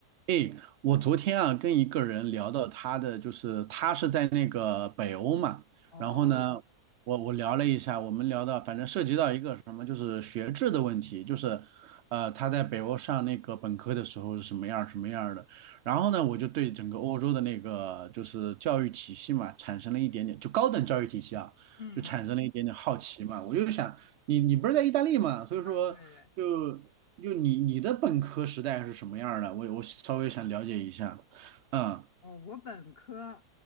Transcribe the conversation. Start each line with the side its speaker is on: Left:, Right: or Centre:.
Right: 诶，我昨天啊跟一个人聊到他的，就是他是在那个北欧嘛，
Left: 哦，
Right: 然后呢，我我聊了一下，我们聊到反正涉及到一个什么，就是学制的问题，就是呃他在北欧上那个本科的时候是什么样儿什么样儿的，然后呢我就对整个欧洲的那个就是教育体系嘛产生了一点点，就高等教育体系啊，
Left: 嗯
Right: 就产生了一点点好奇嘛，我就想你你不是在意大利嘛，所以说。
Left: 啊，对嘞，
Right: 就就你你的本科时代是什么样儿的？我我稍微想了解一下。嗯
Left: 哦，我本科